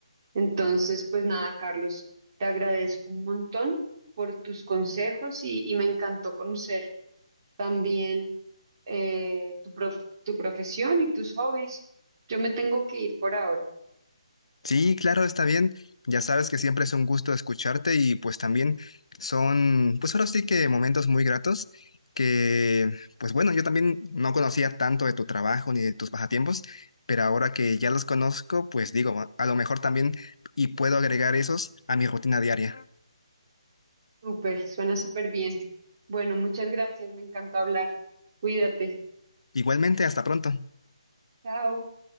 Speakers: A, on the right (about 40°); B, on the left (about 70°).
A: Entonces, pues nada, Carlos, te agradezco un montón por tus consejos y, y me encantó conocer también eh, tu prof- tu profesión y tus hobbies. Yo me tengo que ir por ahora.
B: Sí, claro, está bien. Ya sabes que siempre es un gusto escucharte y pues también son, pues ahora sí que momentos muy gratos que, pues bueno, yo también no conocía tanto de tu trabajo ni de tus pasatiempos, pero ahora que ya los conozco, pues digo, a a lo mejor también y puedo agregar esos a mi rutina diaria.
A: Súper, suena súper bien. Bueno, muchas gracias, me encantó hablar. Cuídate.
B: Igualmente, hasta pronto.
A: Chao.